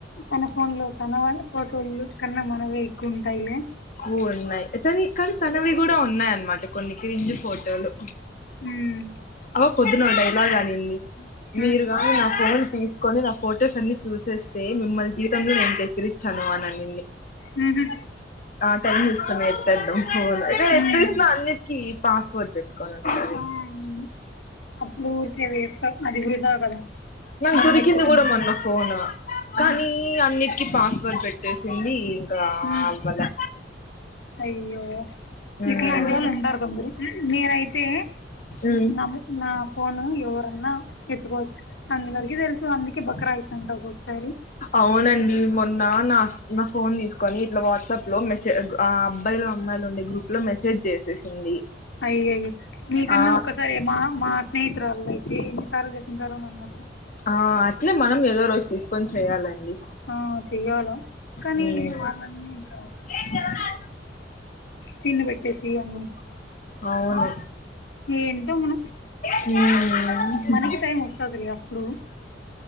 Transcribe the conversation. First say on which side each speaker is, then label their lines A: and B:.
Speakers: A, on the left; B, on the left.
A: తన ఫోన్ లో తన ఫోటోలు కన్నా మనవే ఎక్కువ ఉంటాయిలే
B: ఉన్నాయి తని కానీ తనవి కూడా ఉన్నాయి అన్నమాట కొన్ని క్రింజ్ ఫోటోలు.
A: హుమ్
B: అవ పొద్దున డైలాగ్ అనింది మీరు
A: ఉమ్
B: గాని నా ఫోన్ తీస్ కొని నా ఫొటోస్ అన్ని చేసేస్తే మిమ్మని జీవితంలో నేను దగ్గరిచ్చాను అని అన్నింది.
A: మ్మ్ హు
B: ఆ టైం చూస్తున్నా ఎత్తేద్దాం ఫోను అరే ఎత్తేసినా
A: ఉమ్
B: అన్నిటికి ఈ పాస్వర్డ్ పెట్ కొనింటది
A: ఆ అవును అప్పుడు ఊరికే వేస్తా అది వృధా కదా
B: నాకు
A: మనం
B: దొరికింది
A: ఎత్తుకుని
B: కూడా మొన్న ఫోను, కానీ
A: ఉమ్
B: అన్నిటికీ పాస్. వర్డ్ పెట్టేసింది ఇంకా
A: ఉమ్
B: అవ్వలా
A: అయ్యో
B: మ్మ్
A: ఇట్లాంటి వాళ్ళు ఉంటారు కొందరు నేనైతే
B: మ్మ్
A: నమ్ నా ఫోను ఎవరన్నా ఎత్తుకోవచ్చు అందరికి తెలుసు అందు కె బకరా అయితా ఉంట ఒక్కొక్కసారి
B: అవునండి మొన్న నాస్ నా ఫోన్ తీసుకొని ఇట్లా వాట్సాప్ లో మెసే ఆ అబ్బాయిలు, అమ్మాయిలు ఉండే గ్రూప్ లో మెసేజ్ చేసేసింది.
A: అయ్యోయ్యో మీకన్నా
B: ఆ
A: ఒక్కసారే మా మా స్నేహితురాలు అయితే సార్లు చేసింటారో నన్ మధ్య
B: ఆ అట్లే మనం ఏదో రోజ్ తీసుకొని చేయాలండి
A: ఆ చెయ్యాలా కానీ
B: హ్మ్
A: వాళ్ళన్నీ ఇంకా
B: ఆ
A: తిన్న పెట్టేసి ఇయ్యి అన్నీ
B: అవును
A: ఏంటో మనం
B: హు హ్మ్
A: మనకి టైం వస్తదిలే అప్పుడు